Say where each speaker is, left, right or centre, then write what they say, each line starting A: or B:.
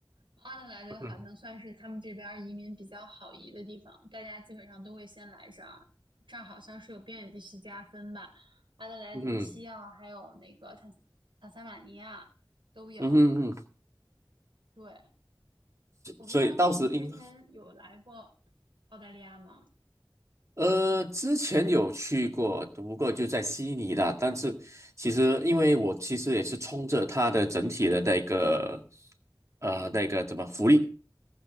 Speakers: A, on the right; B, on the right.
A: 阿德莱德好像算是他们这边儿移民比较好移的地方，
B: 嗯
A: 大家基本上都会先来这儿，这儿好像是有边远地区加分吧，阿德莱德、
B: 嗯
A: 西澳还有那个塔斯塔斯马尼亚都有，
B: 嗯嗯。
A: 对。我不知道，
B: 所以到时应
A: 哎，你之前有来过澳大利亚吗？
B: 呃之前有去过，不过就在悉尼啦。但是其实因为我其实也是冲着它的整体的那个呃那个怎么福利。